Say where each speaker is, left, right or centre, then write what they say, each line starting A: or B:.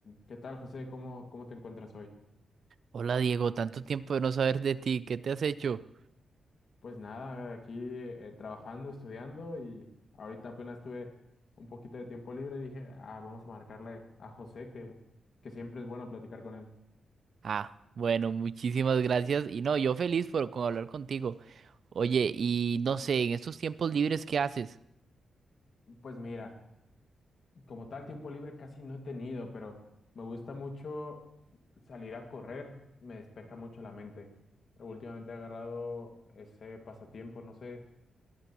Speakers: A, on the left (about 60°); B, on the right (about 60°).
A: ¿Qué tal, José? ¿Cómo, cómo te encuentras hoy?
B: Hola Diego, tanto tiempo de no saber de ti, ¿qué te has hecho?
A: Pues nada, aquí eh, trabajando, estudiando y ahorita apenas tuve un poquito de tiempo libre y dije, ah, vamos a marcarle a José que, que siempre es bueno platicar con él.
B: Ah, bueno, muchísimas gracias y no, yo feliz por con hablar contigo. Oye, y no sé, en estos tiempos libres, ¿qué haces?
A: Pues mira, como tal tiempo libre casi no he tenido, pero me gusta mucho salir a correr, me despeja mucho la mente. Últimamente he agarrado ese pasatiempo, no sé